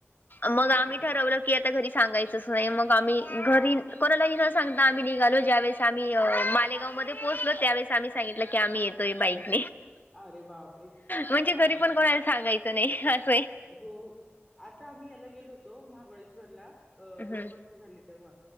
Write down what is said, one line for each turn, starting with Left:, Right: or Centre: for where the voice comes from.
Left: मग
Centre: अच्छा
Left: आम्ही
Centre: अच्छा
Left: ठरवलं की आता घरी सांगायचंच नाही मग आम्ही घरी कोणालाही न सांगता आम्ही निघलो ज्याेळेस आम्ही मालेगाव मध्ये पोहचलो त्यावेळेस आम्ही सांगितलं की आम्ही येतोय बाईक
Centre: अरे बापरे
Left: म्हणजे
Centre: काय
Left: घरी
Centre: खरं
Left: पण कोणाला सांगायचं नाही असंय
Centre: हो आता आम्ही याला गेलो होतो महाबळेश्वरला अ
Left: हम्म
Centre: दोन वर्ष झाले तेव्हा